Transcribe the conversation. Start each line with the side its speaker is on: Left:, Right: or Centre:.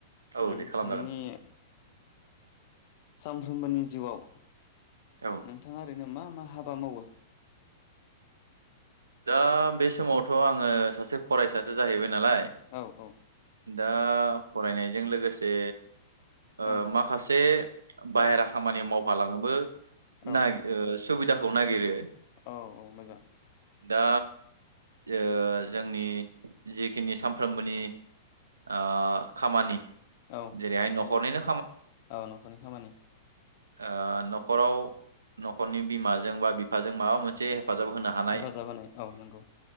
Right: औ
Left: ओं
Right: दे खालामजागोन
Left: थांनि सानफ्रोमबोनि जिउआव
Right: औ
Left: नोंथाङा ओरैनो मा मा हाबा मावो?
Right: दा बे समावथ' आङो सासे फरायसासो जाहैबाय नालाय
Left: औ औ
Right: दा दा फरायनायजों लोगोसे ओ
Left: औ
Right: माखासे बाहेरा खामानि मावफालाङोबो
Left: औ
Right: नायग ओ सुबिदाफ खौ नागिरो
Left: औ औ मोजां
Right: दा ओ जोंनि जिखिनि सामफ्रोमबोनि आ खामानि
Left: औ
Right: जेरैहाय
Left: खामानि
Right: न'खरनिनो
Left: औ न'खरनि खामानि
Right: आ न'खराव न'खरनि बिमाजों बा बिफाजों माबा मोनसे हेफाजाब होनो हानाय
Left: खालाबानाय औ नंगौ